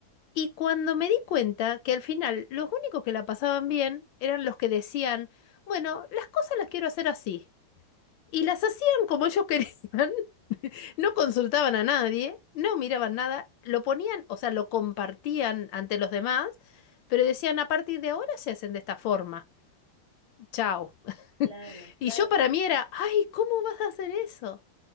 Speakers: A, on the left; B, on the right.
A: Y cuando me di cuenta que al final los únicos que la pasaban bien eran los que decían, bueno, las cosas las quiero hacer así. Y las hacían como ellos <laughs> querían no consultaban a nadie, no miraban nada, lo ponían, o sea, lo compartían ante los demás, pero decían, a partir de ahora se hacen de esta forma. Chao.
B: Claro, claro,
A: Y yo para
B: tal
A: mí
B: cual.
A: era, ay, ¿cómo vas a hacer eso?